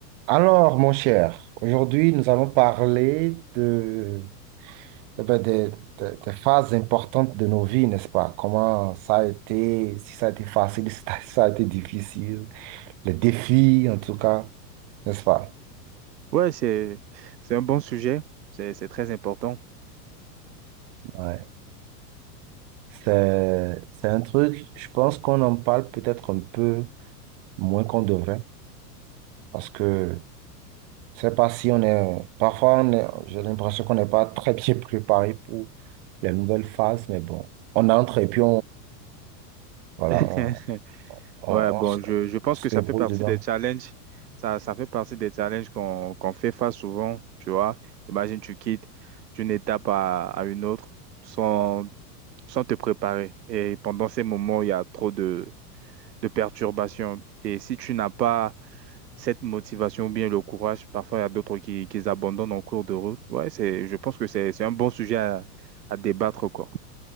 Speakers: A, on the right; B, on the right.
A: Alors, mon cher, aujourd'hui, nous allons parler de, eh ben, des, des- des phases importantes de nos vies, n'est-ce pas? Comment ça a été, si ça a été facile, <laughs> si ça a été difficile, les défis, en tout cas, n'est-ce pas?
B: Ouais, c'est, c'est un bon sujet. C'est, c'est très important.
A: Ouais. C'est, c'est un truc, je pense qu'on en parle peut-être un peu moins qu'on devrait, parce que je sais pas si on est, parfois, on est- j'ai l'impression qu'on n'est pas très bien <laughs> préparé pour les nouvelles phases, mais bon, on entre et puis Voilà,
B: <laughs>
A: on, on-
B: Ouais, bon,
A: on s-
B: je, je pense
A: on se
B: que
A: débrouille
B: ça fait partie
A: dedans.
B: des challenges. Ça, ça fait partie des challenges qu'on qu'on fait face souvent, tu vois. Imagine, tu quittes d'une étape à, à une autre sans, sans te préparer. Et pendant ces moments, il y a trop de, de perturbations. Et si tu n'as pas cette motivation ou bien le courage, parfois il y a d'autres qui, qui abandonnent en cours de route. Ouais, c'est, je pense que c'est, c'est un bon sujet à, à débattre, quoi.